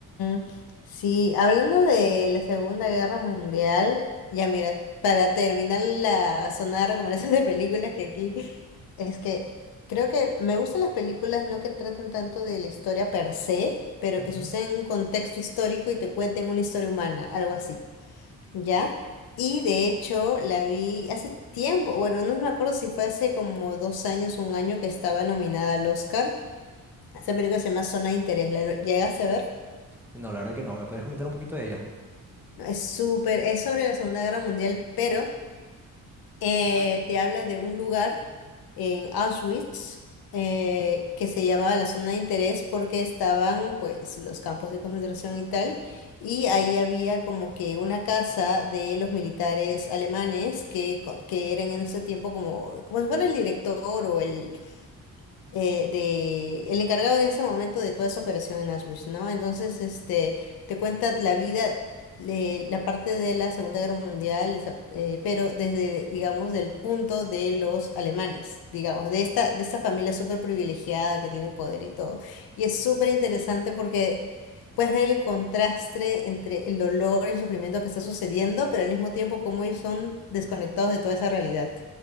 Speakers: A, on the left; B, in the centre.
A: ujú. Sí, hablando de la Segunda Guerra Mundial, ya mira, para terminar la zona de recomendación de películas que aquí es que creo que me gustan las películas no que traten tanto de la historia per se, pero
B: Ujú.
A: que suceden en un contexto histórico y te cuenten una historia humana, algo así, ¿ya? Y de hecho la vi hace tiempo, bueno, no me acuerdo si fue hace como dos años, un año que estaba nominada al Oscar. Esa película se llama Zona de Interés, ¿la llegaste a ver?
B: No, la verdad que no. ¿Me puedes comentar un poquito de ella?
A: Es súper, es sobre la Segunda Guerra Mundial, pero eh, te habla de un lugar en Auschwitz eh, que se llamaba la zona de interés porque estaban pues los campos de concentración y tal, y ahí había como que una casa de los militares alemanes que, co- que eran en ese tiempo como, como si fuera el director o el eh, de el encargado en ese momento de toda esa operación en Auschwitz, ¿no? Entonces, este, te cuenta la vida, le- la parte de la Segunda Guerra Mundial, esa- eh, pero desde, digamos, del punto de los alemanes, digamos, de esta, de esta familia súper privilegiada que tiene poder y todo. Y es súper interesante porque puedes ver el contraste entre el dolor y el sufrimiento que está sucediendo, pero al mismo tiempo cómo ellos son desconectados de toda esa realidad.